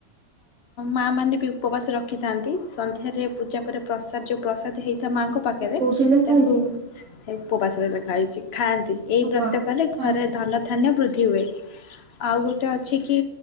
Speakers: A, on the left; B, on the right.
A: ମା ମାନେ ବି ଉପବାସ ରଖିଥାନ୍ତି ସନ୍ଧ୍ୟାରେ ପୂଜା ପରେ ପ୍ରସାଦ ଯୋ ଯୋଉ ପ୍ରସାଦ ହେଇଥାଏ ମାଆଙ୍କ ପାଖେରେ
B: କୋଉଠି ଲେଖା
A: ତାକୁ
B: ହେଇଛି
A: ଉପବାସରେ ଲେଖା ହେଇଚି ଖାଆନ୍ତି ଏଇ
B: ତୁ
A: ବ୍ରତ
B: କହ
A: କଲେ ଘରେ
B: ହଁ
A: ଧନ ଧାନ୍ୟ ବୃଦ୍ଧି ଧି ହୁଏ, ଆଉ ଗୋଟେ ଅଛି କି